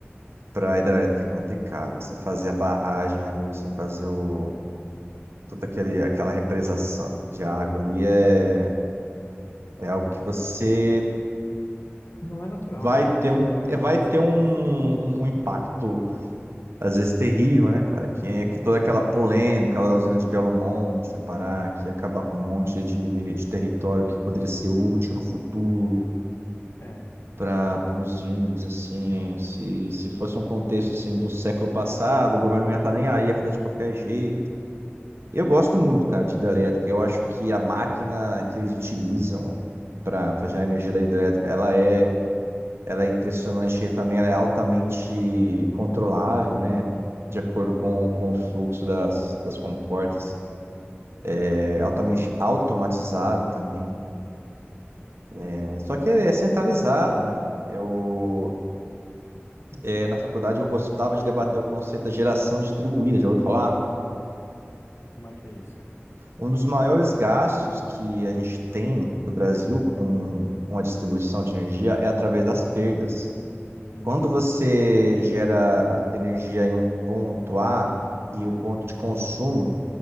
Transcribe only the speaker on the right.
para a hidrelétrica é complicado. Você fazer a barragem ali, você fazer o, toda aquele, aquela represação de água ali é, é algo que você
vai
ter
um,
é, vai ter
um,
um, um impacto, às vezes, terrível, né, cara? Que, é que toda aquela
polêmica lá da usina de Belo Monte, no Pará, que ia acabar com um monte de, de território que poderia ser útil no futuro.
para os índios, assim, se, se fosse um contexto assim do século passado, o governo não ia estar nem aí, ia fazer de qualquer jeito. Eu gosto muito, cara, de hidrelétrica. Eu acho que a máquina que eles utilizam para gerar energia da hidrelétrica, ela é, ela é impressionante e também ela é altamente controlável, né? De acordo
com, com o fluxo das, das comportas. É altamente automatizável também. É, só que é centralizado, né? Eu, É, na faculdade eu gostava de debater o conceito da geração distribuída, já ouviu falar?
Um dos maiores gastos que a gente tem no Brasil com, com a distribuição de energia é através das perdas.
Quando você gera energia em um ponto A e o ponto de consumo,